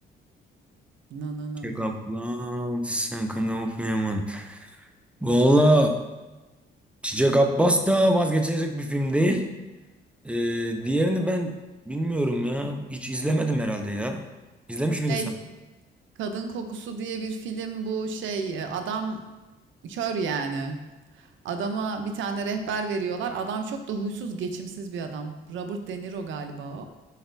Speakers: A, on the right (about 75°); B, in the centre.
A: Na na
B: Çiçek
A: na na.
B: Abbas, Second of Human. Valla Çiçek Abbas da vazgeçilecek bir film değil. Ee, diğerini ben bilmiyorum ya. Hiç izlemedim herhalde ya. İzlemiş
A: Şey,
B: miydin sen?
A: Kadın Kokusu diye bir film bu şey, e, adam kör yani. Adama bir tane rehber veriyorlar. Adam çok da huysuz, geçimsiz bir adam. Robert De Niro galiba o.